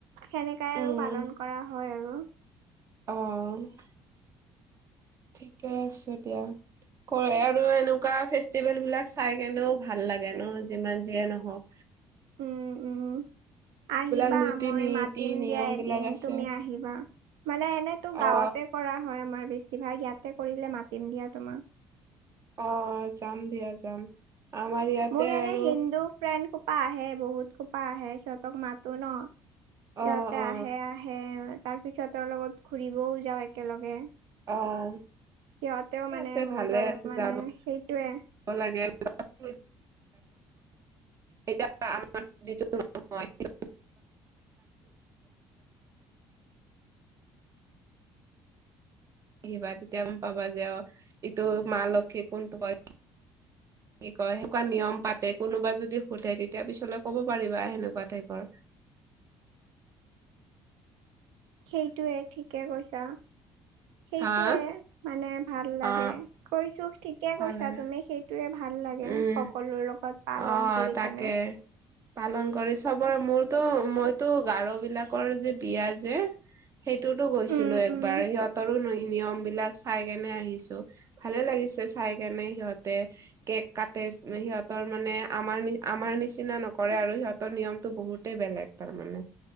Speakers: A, on the right; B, on the right.
A: সেনেকাই আৰু
B: উম
A: পালন কৰা হয় আৰু।
B: অ'। ঠিকে আছে দিয়া কয় আৰু এনো কা ফেষ্টিভেল বিলাক চাই কেনেও ভাল লাগে ন যিমান যিয়ে নহওঁক
A: উম উম
B: যিবিলাক
A: আহিবা
B: নীতি
A: মই
B: নীতি
A: মাতিম
B: নিয়ম
A: দিয়া এদিন
B: বিলাক আছে
A: তুমি আহিবা। মানে এনেতো গাঁৱতে
B: অ
A: কৰা হয় আমাৰ বেছিভাগ, ইয়াতে কৰিলে মাতিম দিয়া তোমাক।
B: অ' যাম দিয়া যাম আমাৰ ইয়াতে
A: মোৰ এনে
B: আৰু
A: হিন্দু ফ্ৰেণ্ড সোপা আহে বহুত সোপা আহে সিহ'তক মাতো ন সিহঁতে
B: অ অ
A: আহে। আহে আহে তাৰিছত সিহঁতৰ লগত ঘুৰিবও যাওঁ একেলগে।
B: অ'।
A: সিহঁতেওঁ
B: ঠিকে
A: মানে
B: আছে
A: মোৰ
B: ভালে
A: দৰে
B: আছে
A: মানে
B: যাম
A: সেইটোৱে
B: লাগে <unintelligible> এ আমাৰ যিটো নহ <unintelligible> আহিবা তেতিয়া গ'ম পাবা যে অ ইটো মা লক্ষী কোনটো কয়। কি কয় সেনেকুৱা নিয়ম পাতে কোনোবা যদি সোধে তেতিয়া পিছলৈ ক'ব পাৰিবা সেনেকুৱা টাইপৰ।
A: সেইটোৱে ঠিকে কৈছা সেইটোৱে
B: হা
A: মানে ভাল লাগে।
B: অ
A: কৈছো ঠিকে
B: ভাল
A: কৈছা
B: লাগে
A: তুমি সেইটোয়ে ভাল লাগে
B: উম
A: সকলৰে লগত। পালন
B: অ'
A: কৰি
B: তাকে।
A: কেনে।
B: পালন কৰে চবৰে, মোৰতো মইতো গাৰো বিলাকৰ যে বিয়া যে সেইটোতো গৈছিলো
A: উম
B: একবাৰ
A: উম
B: সিহঁতৰো নিয়ম বিলাক চাই কিনে আহিছো ভালে লাগিছে চাই কিনে, সিহঁতে কেক কাটে সিহঁত তাৰমানে আমাৰ নিচিনা নকৰে আৰু সিহঁতৰ নিয়মতটো বহুতেই বেলেগ তাৰ মানে।